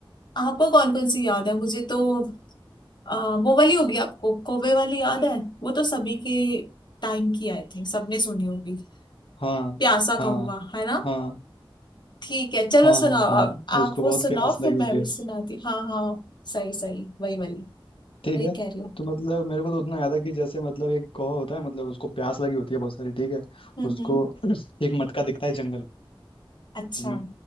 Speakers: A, on the left (about 55°); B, on the left (about 80°).
A: आपको कौन कौन सी याद है मुझे तो आ, वो वाली होगी आपको कौवे वाली याद है वो तो सभी के टाइम की आई थिंक सबने सुनी होगी
B: हाँ
A: प्यासा
B: हाँ
A: कहूंगा है ना
B: हाँ
A: ठीक है चलो
B: हाँ
A: सुनाओ
B: हाँ हाँ
A: आप आप
B: उसको
A: वो
B: बहुत
A: सुनाओ
B: प्यास लगी
A: फिर मैं
B: होती है
A: भी सुनाती हाँ हाँ सही सही वही वाली
B: ठीक
A: वही
B: है
A: कह रही हूँ
B: तो मतलब मेरे को तो उतना याद है कि जैसे मतलब एक कौवा होता है मतलब उसको प्यास लगी होती है बहुत सारी ठीक है
A: हम्म
B: उसको
A: हम्म
B: <clears throat> एक मटका दिखता है जंगल
A: अच्छा
B: में